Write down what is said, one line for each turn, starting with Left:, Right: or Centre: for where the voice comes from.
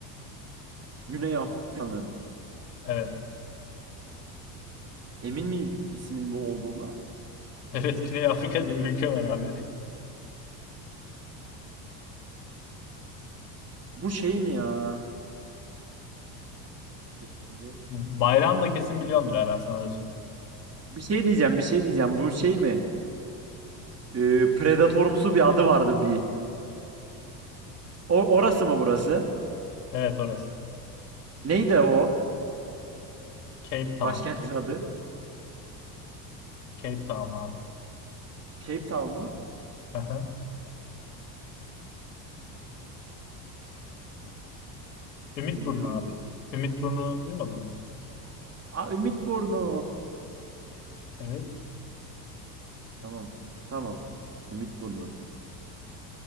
Right: Güney Afrika'nın.
Left: Evet. <laughs>
Right: Emin mi ismin bu olduğuna?
Left: Evet Güney Afrika diye bir ülke var abi.
Right: Bu şey mi ya? Dur, Kuzey.
Left: Bayrağını da kesin biliyordur ha ben sana öyle söyleyeyim.
Right: Bir şey diyeceğim, bir şey diyeceğim. Bu şey mi? Ee, Predatorumsu bir adı vardı bir. O, orası mı burası?
Left: Evet orası.
Right: Neydi o?
Left: Cape Town.
Right: Başkentin adı?
Left: Cape Town abi.
Right: Cape Town mu?
Left: Aha. Ümitburnu
Right: Bilmiyorum.
Left: abi. Ümitburnu'nu duymadın mı?
Right: Aa, Ümitburnu.
Left: Evet.
Right: Tamam. Tamam. Ümitburnu.